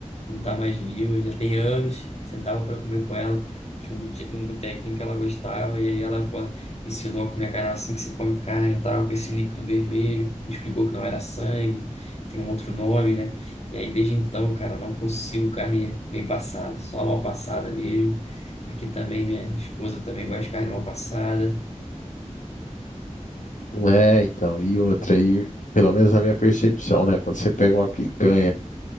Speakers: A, on the left; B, on the left.
A: não tá mais viva, já tem anos. Sentava pra comer com ela. Tinha um bute- um botequinho que ela gostava, e aí ela co- me ensinou a comer a carne assim que se come carne e tal, com esse líquido vermelho. Me explicou que não era sangue, tem um outro nome, né? E aí, desde então, cara, não consigo carne bem passada, só mal passada mesmo. Aqui também, minha minha esposa também gosta de carne mal passada,
B: É, então, e outra aí, pelo menos na minha percepção, né? Quando você pega uma picanha